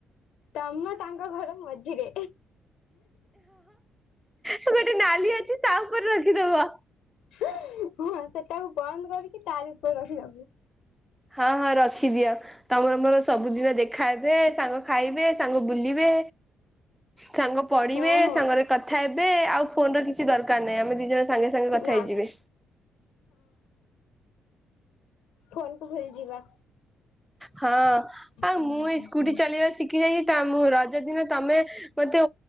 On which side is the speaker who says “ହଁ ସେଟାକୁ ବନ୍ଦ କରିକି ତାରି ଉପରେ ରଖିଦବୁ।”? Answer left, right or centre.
Left